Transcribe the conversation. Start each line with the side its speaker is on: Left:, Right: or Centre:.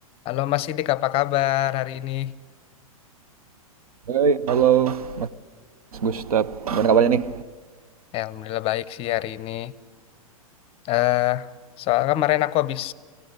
Left: Halo Mas Sidik, apa kabar hari ini?
Right: Hai, halo Mas Gustaf. Gimana kabarnya nih?
Left: Ya, Alhamdulillah baik sih hari ini. eh soalnya kemarin aku habis